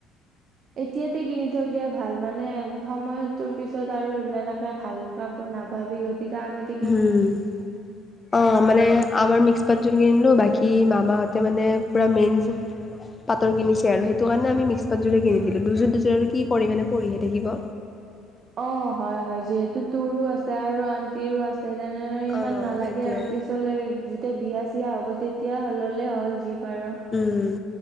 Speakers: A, on the right; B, on the left.
A: এতিয়াতে কিনি থৈ দিয়াই ভাল। মানে সময় তোৰ পিছত আৰু এনেকে ভালকে। মোৰ নাপাবি গতিকে আগত
B: হম। অ মানে আমাৰ মিক্স পযোৰ কিনিলো বাকী মামাহঁতে মানে পুৰা মেইন পাতৰ কিনিছে আৰু সেইটো কাৰণে আমি মিক্স পাতযোৰে কিনি দিলো দুযোৰ দুযোৰ আৰু কি কৰি মানে পৰিহে থাকিব।
A: অঁ হয় হয় যিহেতু তোৰো আছে আৰু আন্টিৰো আছে। তেনেদৰে ইমান
B: অ',
A: নালাগে
B: সেইটোৱে।
A: আৰু পিছলে যেতিয়া বিয়া চিয়া চিয় হ'ব তেতিয়া হল হ'লে হল যি পাৰ।
B: উম।